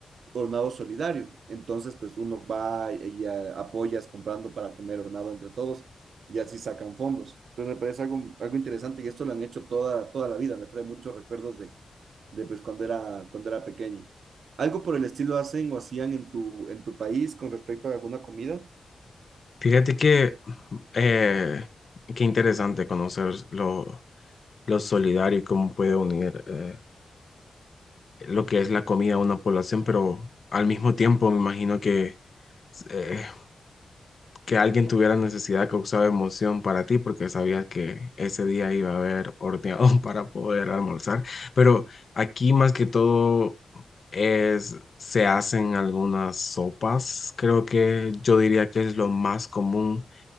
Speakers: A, on the right; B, on the left.
A: hornado solidario. Entonces, pues uno va y a- apoyas comprando para comer hornado entre todos y así sacan fondos. Entonces me parece algo, algo interesante y esto lo han hecho toda, toda la vida. Me trae muchos recuerdos de, de pues cuando era, cuando era pequeño. ¿Algo por el estilo hacen o hacían en tu, en tu país con respecto a alguna comida?
B: Fíjate que eh, qué interesante conocer lo, lo solidario y cómo puede unir. eh, lo que es la comida a una población, pero al mismo tiempo me imagino que eh, que alguien tuviera necesidad causaba emoción para ti porque sabías que ese día iba a haber horneado <laughs> para poder almorzar. Pero aquí más que todo es, se hacen algunas sopas. Creo que yo diría que es lo más común